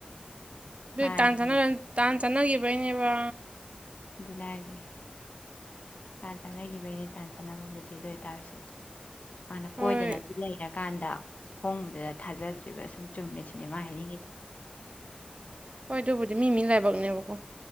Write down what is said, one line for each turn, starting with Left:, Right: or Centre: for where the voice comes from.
Left: ꯃꯥꯅꯗꯤ
Right: ꯇꯥꯟꯆꯥꯅ ꯇꯥꯟ ꯆꯥꯟꯅꯒꯤꯕꯩꯅꯦꯕ
Left: ꯑꯗꯨꯅꯦ ꯍꯥꯏꯁꯦ ꯇꯥꯟ ꯆꯥꯟꯅꯈꯤꯕꯒꯤꯅꯦ ꯇꯥꯟ ꯆꯥꯟꯅꯕꯕꯨꯗꯤ ꯑꯗꯨ ꯑꯣꯏ ꯇꯔꯁꯨ ꯃꯥꯅ
Right: ꯍꯣꯏ
Left: ꯀꯣꯏꯗꯅꯁꯨ ꯂꯩꯔꯒꯦ ꯀꯥꯟꯗ ꯍꯣꯡꯕꯗꯨꯗ ꯊꯥꯖꯗ꯭ꯔꯤꯕ ꯁꯨꯝ ꯆꯨꯝꯃꯦ ꯁꯤꯅꯦꯃꯥ ꯍꯥꯏꯅꯤꯡꯉꯤꯗꯣ
Right: ꯍꯣꯏ ꯑꯗꯨꯕꯨꯗꯤ ꯃꯤ ꯃꯤ ꯂꯥꯏꯕꯛꯅꯦꯕꯀꯣ